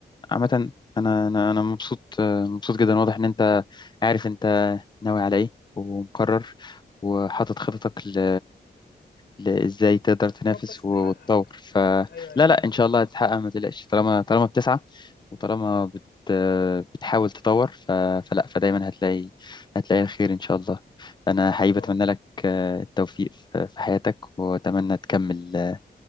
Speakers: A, on the left; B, on the left.
A: عامه
B: اه
A: انا انا انا مبسوط آه، مبسوط جدا واضح ان انت عارف انت ناوي على ايه ومقرر وحاطط خططك ل ل- ازاي تقدر تنافس
B: يا رب بس تحقق
A: و- وتطور فلا
B: ايوه ايوه
A: لا لا، ان شاء الله هتتحقق ما تقلقش طالما طالما بتسعى وطالما بت بتحاول تطور ف- فلا فدايما هتلاقي هتلاقي الخير ان شاء الله انا حقيقي
B: يا
A: بتمنى
B: رب
A: لك آه، التوفيق في في حياتك واتمنى تكمل آه،